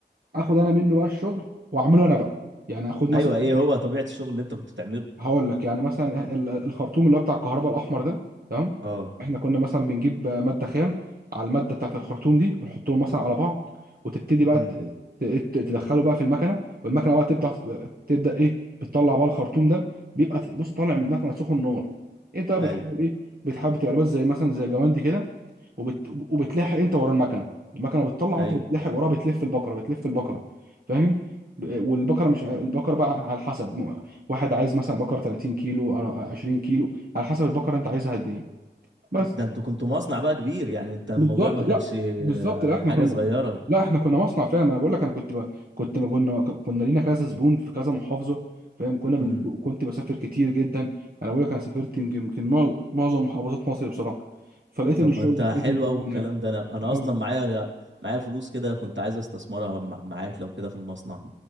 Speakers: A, on the right (about 55°); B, on the right (about 80°).
A: اخد انا منه بقى الشغل واعمله انا بقى يعني اخد مثلا
B: ايوه ايه هو طبيعة الشغل اللي انت كنت بتعمله
A: هقول لك يعني مثلا ال- الخرطوم اللي هو بتاع الكهرباء الاحمر ده تمام
B: اه
A: احنا كنا مثلا بنجيب ماده خام على الماده بتاعت الخرطوم دي ونحطهم مثلا على بعض وتبتدي بقى
B: امم
A: ت- ت- ت- تدخله بقى في المكنه والمكنه بقى تبدا تبدا ايه بتطلع بقى الخرطوم ده بيبقى ت- بص طالع من المكنه سخن نار انت بقى بتحاول
B: ايوه
A: ايه بتحاول تبقى لابس زي مثلا زي جواندي كده وبت... وبتلاحق انت ورا المكنه المكنه بتطلع
B: ايوه
A: وانت بتلاحق وراها بتلف البقره بتلف البقره فاهم ب- والبقره مش البقره بقى على حسب م- واحد عايز مثلا بقره 30 كيلو أو 20 كيلو على حسب البقره انت عايزها قد ايه بس
B: ده انتوا كنتوا مصنع بقى كبير يعني انت الموضوع
A: بالظبط
B: ما كانش
A: لا
B: آه،
A: بالظبط لا احنا
B: حاجة
A: كنا
B: صغيرة
A: لا احنا كنا مصنع فعلا ما انا بقول لك انا كنت ب... كنت ما كنا كنا لينا كذا زبون في كذا محافظه فاهم كنا بن...
B: امم
A: كنت بسافر كتير جدا انا بقول لك انا سافرت يمكن يمكن معظم محافظات مصر بصراحه فلقيت
B: طب
A: ان الشغل
B: ما انت
A: ده فادني
B: حلو
A: جداً
B: قوي الكلام
A: يعني
B: ده انا انا اصلا
A: آه.
B: معايا معايا فلوس كده كنت عايز استثمرها مع- معاك لو كده في المصنع